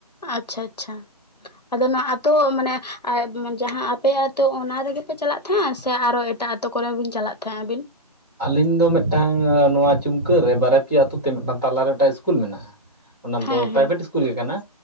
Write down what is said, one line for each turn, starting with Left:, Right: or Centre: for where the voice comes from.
Left: ᱟᱪᱪᱷᱟ ᱟᱪᱪᱷᱟ᱾ ᱟᱫᱚ ᱱᱚᱣᱟ ᱟᱛᱳ ᱢᱟᱱᱮ ᱡᱟᱦᱟᱸ ᱟᱯᱮ ᱟᱛᱳ ᱚᱱᱟ ᱨᱮᱜᱮ ᱯᱮ ᱪᱟᱞᱟᱜ ᱛᱟᱦᱮᱸᱜ ᱥᱮ ᱟᱨᱚ ᱮᱴᱟᱜ ᱟᱛ ᱟᱛᱳ ᱠᱚᱨᱮ ᱵᱤᱱ ᱪᱟᱞᱟᱜ ᱛᱟᱦᱮᱸᱜ ᱟᱵᱤᱱ?
Centre: ᱟᱹᱞᱤᱧ ᱫᱚ ᱢᱤᱫᱴᱟᱝ ᱱᱚᱣᱟ ᱪᱩᱢᱠᱟᱹ ᱨᱮ ᱵᱟᱨ ᱯᱮᱭᱟ ᱟᱹᱛᱩ ᱛᱮ ᱢᱤᱫᱴᱟᱝ ᱛᱟᱞᱟᱨᱮ ᱢᱤᱫᱴᱟᱝ ᱤᱥᱠᱩᱞ ᱢᱮᱱᱟᱜᱼᱟ᱾ ᱚᱱᱟ
Left: ᱦᱮᱸ
Centre: ᱫᱚ ᱯᱨᱟᱭᱵᱷᱮᱴ
Left: ᱦᱮᱸ
Centre: ᱤᱥᱠᱩᱞ ᱜᱮ ᱠᱟᱱᱟ